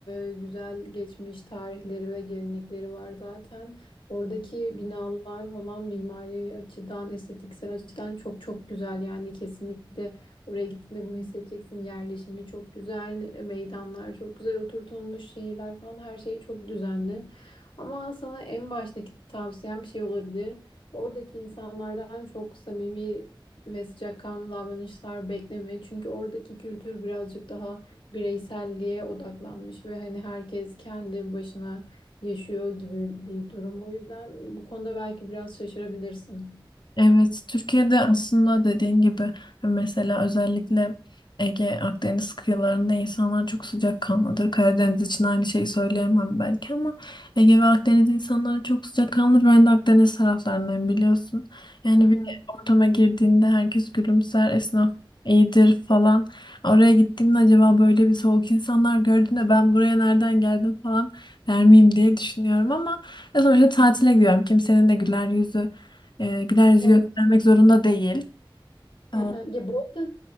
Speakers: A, on the left (about 75°); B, on the left (about 55°).
A: e, güzel geçmiş tarihleri ve gelenekleri var zaten. Oradaki binalar falan mimari açıdan, estetiksel açıdan çok çok güzel. Yani kesinlikle oraya gittiğinde bunu hissedeceksin. Yerleşimi çok güzel, e, meydanlar çok güzel oturtulmuş, şehirler falan her şey çok düzenli. Ama sana en baştaki tavsiyem şey olabilir. Oradaki insanlardan çok samimi ve sıcakkanlı davranışlar bekleme. Çünkü oradaki kültür birazcık daha bireyselliğe odaklanmış ve hani herkes kendi başına yaşıyor gibi bir durum. O yüzden bu konuda belki biraz şaşırabilirsin.
B: Evet, Türkiye'de aslında dediğin gibi e, mesela özellikle Ege, Akdeniz kıyılarında insanlar çok sıcakkanlıdır. Karadeniz için aynı şeyi söyleyemem belki ama Ege ve Akdeniz insanları çok sıcakkanlıdır. Ben de Akdeniz taraflarından biliyorsun. Yani
A: Hı
B: bir
A: hı.
B: ortama girdiğinde herkes gülümser, esnaf iyidir falan. Oraya gittiğimde acaba böyle bir soğuk insanlar gördüğümde ben buraya nereden geldim falan der miyim diye düşünüyorum ama ya sonuçta tatile gidiyorum. Kimsenin de güler yüzü e, güler yüzü
A: Evet.
B: göstermek zorunda değil.
A: Hı
B: Ee,
A: hı. Ya bu arada